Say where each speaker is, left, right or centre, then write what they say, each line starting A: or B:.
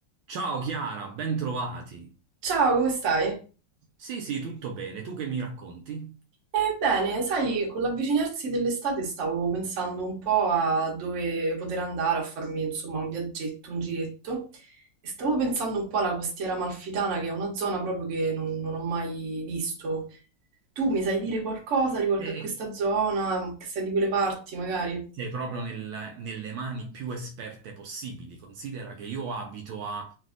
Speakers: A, on the right; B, on the right.
A: Ciao Chiara, ben trovati.
B: Ciao, come stai?
A: Sì, sì, tutto bene. Tu che mi racconti?
B: Eh, bene, sai, con l'avvicinarsi dell'estate stavo pensando un po' a dove poter andare a farmi, insomma, un viaggetto, un giretto e stavo pensando un po' alla costiera amalfitana, che è una zona proprio che non, non ho mai visto. Tu mi sai dire qualcosa riguardo
A: Eh,
B: a questa zona, che sei di quelle parti, magari?
A: Sei proprio nel- nelle mani più esperte possibili. Considera che io abito a